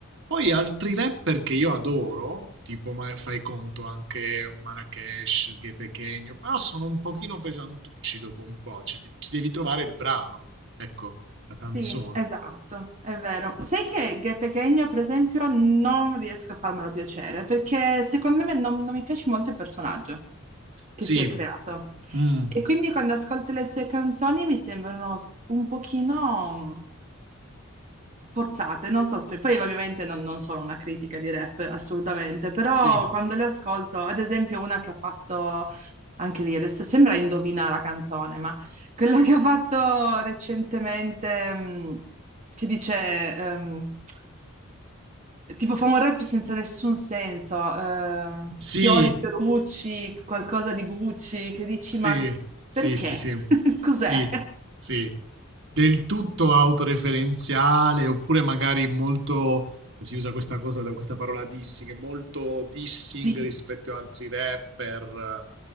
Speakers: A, on the right; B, on the right.
A: Poi altri rapper che io adoro, tipo ma- fai conto anche Marrakesh, Ghe Pequeno, però sono un pochino pesantucci dopo un po', cioè ti, ti devi trovare il brano, ecco, la canzone.
B: Sì, esatto, è vero. Sai che Ghe Pequeno, per esempio, non riesco a farmelo piacere perché secondo me non, non mi piace molto il personaggio che
A: Sì,
B: si è creato.
A: mm,
B: E quindi quando ascolto le sue canzoni mi sembrano s- un pochino mm, forzate, non so, spe- poi ovviamente non, non sono una critica di rap, assolutamente, però
A: sì,
B: quando le ascolto, ad esempio una che ha fatto anche lì, adesso sembra indovina la canzone, ma quella che ho fatto recentemente, mh, che dice, ehm, tipo fa un rap senza nessun senso, ehm,
A: sì,
B: fiori, Fiorucci, qualcosa di Gucci, che dici,
A: Sì,
B: ma
A: sì,
B: perché?
A: sì, sì,
B: <laughs> Cos'è?
A: sì, sì. Del tutto autoreferenziale, oppure magari molto, si usa questa cosa, da questa parola dissing, molto dissing
B: Sì,
A: rispetto ad altri rapper.